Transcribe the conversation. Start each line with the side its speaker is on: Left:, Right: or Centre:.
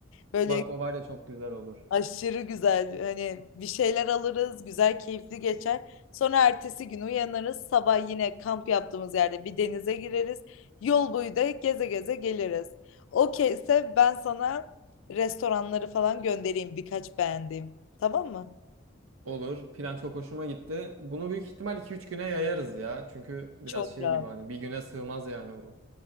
Left: Böyle
Right: Bak o var ya çok güzel olur.
Left: Aşırı güzel. Hani bir şeyler alırız, güzel, keyifli geçer. Sonra ertesi gün uyanırız. Sabah yine kamp yaptığımız yerde bir denize gireriz. Yol boyu da geze geze geliriz. Okeyse ben sana restoranları falan göndereyim birkaç beğendiğim. Tamam mı?
Right: Olur. Plan çok hoşuma gitti. Bunu büyük ihtimal iki üç güne yayarız ya. Çünkü biraz
Left: Çok
Right: şey
Left: rahat.
Right: gibi hani bir güne sığmaz yani bu.